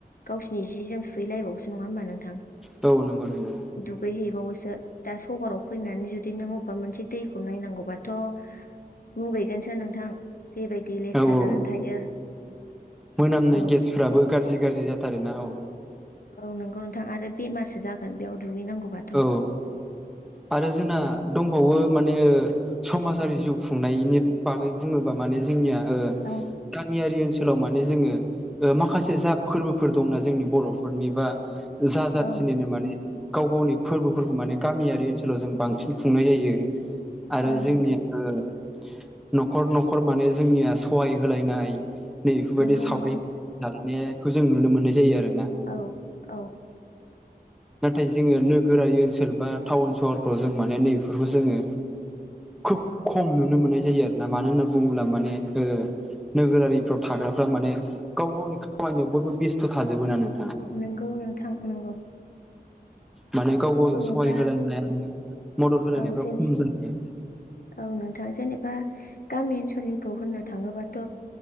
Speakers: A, on the left; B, in the centre.
A: गावसिनि जि जोम सुहैलायबावोसो नङा होमबा नों थां
B: औ नंगौ नंगौ
A: दुगै हैैबावोसो दा सहराव फैनानै जुदि नों अबेबा मोनसे दैखौ नायनांगौबाथ' मुगैगोनसो नोंथां जेबायदि लेथ्रा
B: औ औ
A: जानानै थायो
B: मोनामनाय
A: औ
B: गेसफ्राबो गाज्रि गाज्रि जाथारो ना औ
A: औ नंगौ नोंथां आरो बेमारसो जागोन बेयाव दुगैनांगौबाथ'
B: औ आरो जोंना दंबावो माने ओ समाजारि जिउ खुंनायनि बागै बुङोबा माने जोंनिया ओ
A: औ
B: गामियारि ओनसोलाव मा माने जोङो माखासे जा फोरबोफोर दंना जोंनि बर'फोरनि बा जा जाथिनिनो
A: औ
B: माने गाव गावनि फोरबोफोरखौ माने गामियारि ओनसोलाव जों बांसिन खुंनाय जायो आरो
A: औ
B: जोंनिया
A: नोंथां
B: ओ न'खर न'खर माने जोंनिया सहाय होलायनाय नै बेफोरबायदि
A: नंगौ
B: सावरि
A: नोंथां
B: दानायनायखौ जों नुनो मोननाय जायो आरो।
A: औ औ
B: नाथाय जोङो नो नोगोरारि ओनसोल बा टाउन सहरफ्राव जों माने नैबेफोरखौ जोङो खोब खम नुनो मोननाय जायो आरो ना मानो होनना बुङोब्ला माने ओ नोगोरारिफ्राव थाग्राफ्रा माने गाव गावनि खामानियाव बयबो बेस्थ' थाजोबबोना नों
A: नोंगौ नोंथां नंगौ।
B: माने गाव-गावजों
A: जेनेबा
B: सहाय होलायनायानो मदद होलायनायफ्रा
A: औ जेने
B: खम जाहैयो।
A: औ नोंथाङा जेनेबा गामि ओनसोलनि- खौ होननो थाङोबाथ'